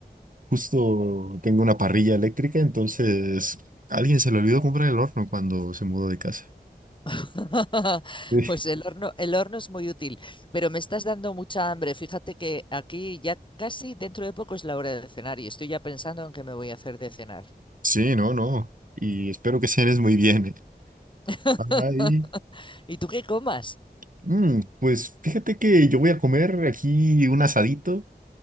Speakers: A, on the right (about 50°); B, on the left (about 30°).
A: Justo tengo una parrilla eléctrica, entonces a alguien se le olvidó comprar el horno cuando se mudó de casa.
B: <laughs>
A: Sí,
B: Pues el horno, el horno es muy útil, pero me estás dando mucha hambre. Fíjate que aquí ya casi dentro de poco es la hora de cenar y estoy ya pensando en qué me voy a hacer de cenar.
A: Sí, no, no. Y espero que cenes muy bien. eh.
B: <laughs>
A: Ay,
B: ¿Y tú qué comas?
A: mm, pues fíjate que yo voy a comer aquí un asadito,